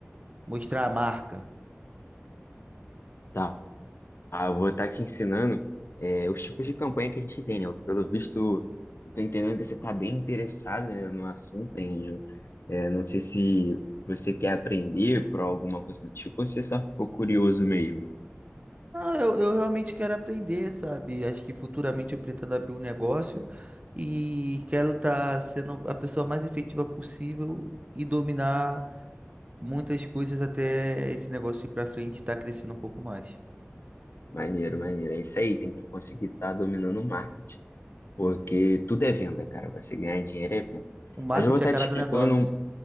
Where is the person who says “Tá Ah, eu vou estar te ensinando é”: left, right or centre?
Left